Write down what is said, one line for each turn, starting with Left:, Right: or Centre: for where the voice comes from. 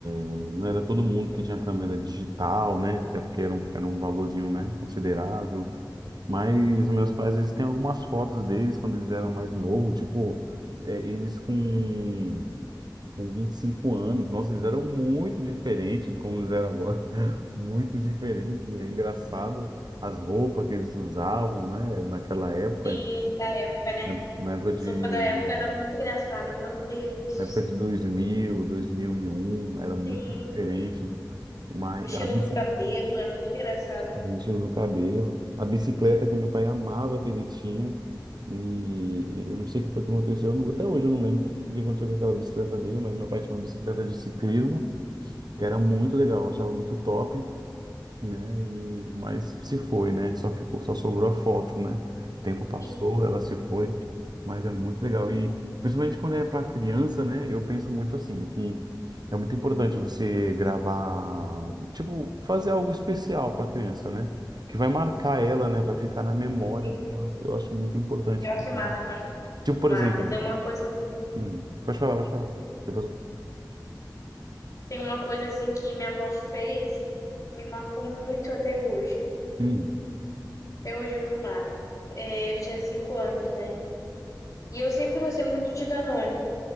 Right: não era todo mundo que tinha câmera digital, né? Até porque era um, era um valorzinho, né? Considerável. Mas os meus pais, eles têm algumas fotos deles quando eles eram mais novos, tipo, é, eles com, com 25 anos. Nossa, eles eram muito diferentes de como eles eram agora. <laughs> Muito diferente. É engraçado as roupas que eles usavam, né? Naquela época,
Left: Sim, da época, né?
Right: na na época de,
Left: Sopa da época era muito engraçada, meu Deus.
Right: na época de dois dois mil dois mil e um era muito
Left: Sim.
Right: diferente. Mas
Left: O estilo
Right: a bici-
Left: do cabelo era muito engraçado.
Right: do estilo do cabelo. A bicicleta que meu pai amava que ele tinha. E eu não sei o que foi que aconteceu. eu não- até hoje eu não lembro o que, que aconteceu com aquela bicicleta dele, mas meu pai tinha uma bicicleta de ciclismo, que era muito legal, eu achava muito top né? E, mas se foi, né? Só ficou, só sobrou a foto, né? O tempo passou,
Left: Sim,
Right: ela se foi, mas é muito legal. E principalmente quando é para criança, né? Eu penso muito assim, que é muito importante você gravar, tipo, fazer algo especial para criança, né? Que vai marcar ela, né? Vai ficar na memória
Left: sim.
Right: dela. Eu acho muito importante
Left: Pior
Right: fazer.
Left: que marca,
Right: Tipo, por
Left: marca.
Right: exemplo,
Left: Tem uma coisa
Right: hum, pode falar, pode falar. Depois eu... falo.
Left: Tem uma coisa assim que minha avó fez, me marcou muito até hoje.
Right: hum,
Left: Até hoje me marca. É, eu tinha cinco anos, né? E eu sempre gostei muito de Danone.